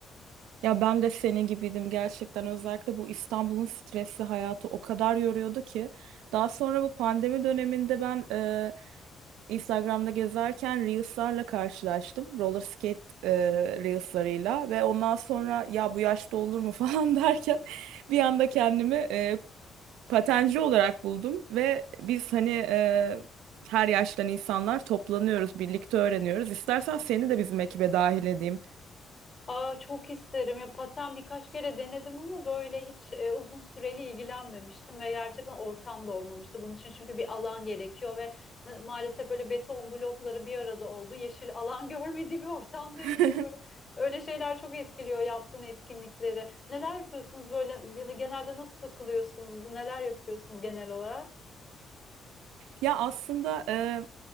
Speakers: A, on the right (about 85°); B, on the left (about 35°).
A: Ya ben de senin gibiydim gerçekten. Özellikle bu İstanbul'un stresli hayatı o kadar yoruyordu ki. Daha sonra bu pandemi döneminde ben e, Instagram'da gezerken Reels'larla karşılaştım. Roller skate e, Reels'larıyla ve ondan sonra ya bu yaşta olur mu <laughs> falan derken bir anda kendimi e, patenci olarak buldum ve biz hani e, her yaştan insanlar toplanıyoruz, birlikte öğreniyoruz. İstersen seni de bizim ekibe dahil edeyim.
B: Aa, çok isterim ya paten birkaç kere denedim ama böyle hiç e, uzun süreli ilgilenmemiştim ve gerçekten ortam da olmamıştı bunun için çünkü bir alan gerekiyor ve ne- maalesef böyle beton blokları bir arada oldu yeşil alan <laughs> görmediği bir ortamda
A: <laughs>
B: yaşıyorum öyle şeyler çok etkiliyor yaptığın etkinlikleri neler yapıyorsunuz böyle gene- genelde nasıl takılıyorsunuz neler yapıyorsunuz genel olarak?
A: Ya aslında e,